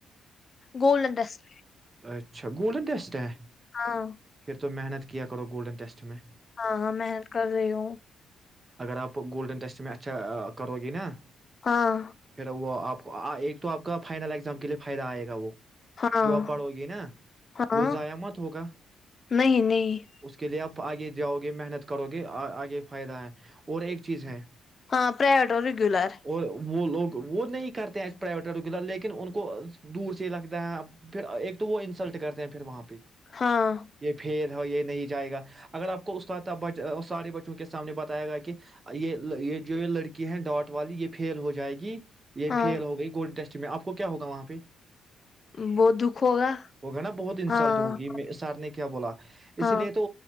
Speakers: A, on the left; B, on the right.
A: گول انڈسٹ
B: اچھا گولڈن ٹٹیسٹ ہے
A: ہاں
B: پھر تو محنت کیا کرو گولڈن ٹیسٹ میں
A: ہاں ہاں محنت کر رہی ہو
B: اگر آپ گولڈن ٹیسٹ میں اچھا کرو گے نا
A: ہاں
B: پھر وہ آپ ایک تو آپ کا فائنل اگزام کے لیے فائدہ آئے گا وہ
A: ہاں
B: جو اپڑھو گی نا
A: ہاں
B: وہ ضائع مت ہوگا
A: نہیں نہیں
B: اس کے لیے آپ آگے جاؤ گے محنت کرو گے آگے فائدہ ہے اور ایک چیز ہے
A: ہاں پرائیویٹ اور ریگولر
B: اور وہ لوگ وہ نہیں کرتے ہیں پرائیویٹ آٹوگ لیکن ان کو دور سے ہی لگتا ہے پھر ایک تو وہ انسلٹ کرتے ہیں پھر وہاں پہ
A: ہاں
B: یہ فیل ہو یہ نہیں جائے گا اگر آپ کو استاد ب سارے بچوں کے سامنے بات آئے گا کہ یہ یہ جو لڑکی ہے ڈاٹ والی یہ فیل ہو جائے گی یہ
A: ہاں
B: فیل ہو گئی گولڈ ٹیسٹ میں آپ کو کیا ہوگا وہاں پہ
A: ب د ہوگا <unintelligible>
B: ہوگ نا بہت انسلٹ
A: ہاں
B: ہوگی سر نے کیا بولا
A: ہاں
B: اس لیے تو